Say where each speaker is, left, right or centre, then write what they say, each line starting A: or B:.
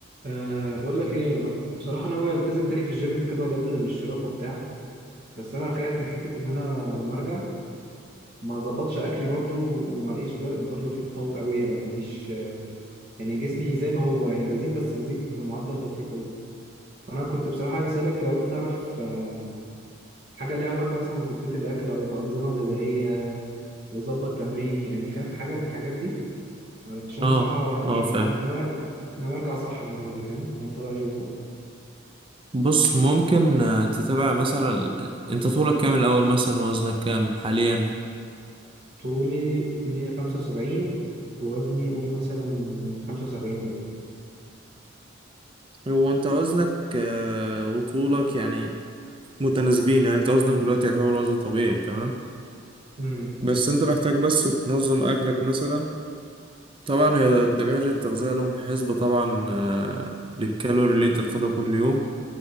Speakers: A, on the right; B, on the right.
A: أه بقول لك ايه انا بصراحه ناوي التزم تاني في الجيم كده واجدد الاشتراك وبتاع بس انا خايف من حته ان انا لما ارجع ما اظبطش اكلي برضو وما الاقيش بر- برضو في تطور قوي او ما فيش يعني جسمي زي ما هو يعني بزيد بس بزيد بمعدل بطيء قوي انا كنت بصراحه عايز اسالك لو انت تعرف أه حاجه ليها علاقه مثلا بتظبيط الاكل او بانظمه غذائيه يظبط تمريني يعني فاهم حاجه من الحاجات دي علشان
B: اه
A: بصراحه يعني
B: اه فاهم
A: ناوي ناوي ارجع صح المره دي فاهم انت بقى شوف
B: بص ممكن آه، تتابع مثلا انت طولك كام الاول مثلا وزنك كام حاليا
A: طولي 175 ووزني قول مثلا 75 ده
B: هو انت وزنك آه، وطولك يعني متناسبين يعني انت وزنك دلوقتي يعتبر وزن طبيعي تمام
A: امم
B: بس انت محتاج بس تنظم اكلك مثلا طبعا هي دكاترة التغذية لهم حسبة طبعا آه، للكالوري اللي انت تاخدها كل يوم